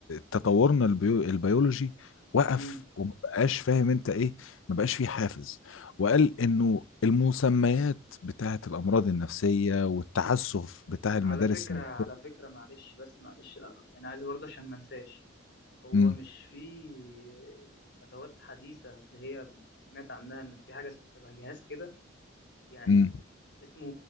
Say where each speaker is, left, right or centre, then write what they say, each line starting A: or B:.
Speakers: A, on the left (about 75°); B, on the left (about 55°).
A: تطورنا البيو... البيولوجي وقف
B: امم
A: وما بقاش فاهم انت ايه ما بقاش فيه حافز وقال انه المسميات بتاعة الامراض النفسية والتعسف بتاع المدارس
B: على فكره
A: النفسية
B: على فكره معلش بس معلش آه، يعني عايز برضه عشان ما انساش هو
A: امم
B: مش فيه أدوات حديثة اللي هي سمعت عنها إن في حاجة شبه جهاز كده يعني
A: امم
B: اسمه